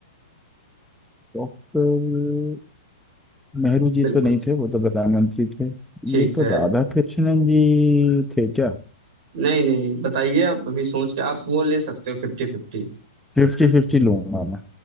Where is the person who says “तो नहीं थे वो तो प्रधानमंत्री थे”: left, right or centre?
Centre